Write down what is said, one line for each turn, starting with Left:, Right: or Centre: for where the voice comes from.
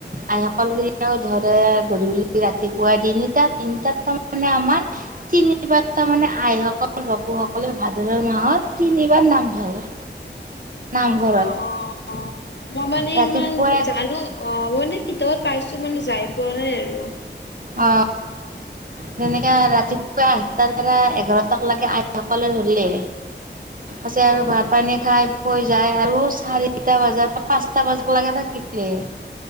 Right: আইসকল ধৰে গধূলি ৰাতিপুৱা তিনিটাত তিনিটাত তাৰমানে আমাৰ। তিনিবাৰ তাৰমানে আইসকল বাপু সকলে ভাদৰ মাহত তিনিবাৰ নাম ধৰে। নামঘৰত
Left: অ অ মই মানে
Right: ৰাতিপুৱা
Left: ইমান জানো অ মই মানে কিতাপত পাইছো মানে যাই পোৱা নাই আৰু।
Right: অ তেনেকাে ৰাতিপুৱা সাতটাৰ পৰা এঘাৰটা লাগে আইসকলে ধৰিলে। আছে
Left: অ
Right: আৰু ভাত পানী খাই হৈ যায় আৰু চাৰিটা বজাৰ পৰা পাঁচটা বজাত লাগে থাকিলে।